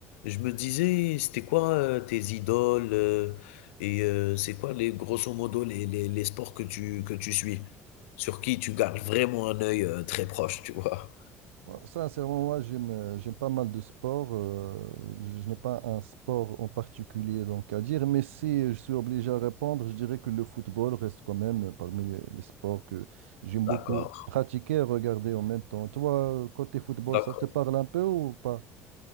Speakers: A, on the left; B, on the right.
A: Je me disais, c'était quoi, heu, tes idoles, heu et heu, c'est quoi les grosso modo les les les sports que tu que tu suis? Sur qui tu gardes vraiment un œil, heu, très proche, tu vois?
B: Ouais, Sincèrement, moi, j'aime, euh, j'aime pas mal de sports. euh, je n'ai pas un sport en particulier donc à dire, mais si je suis obligé à répondre, je dirais que le football reste quand même parmi les, les sports que j'aime beaucoup
A: D'accord,
B: pratiquer et regarder en même temps. Toi, côté football,
A: d'accord.
B: ça te parle un peu ou pas?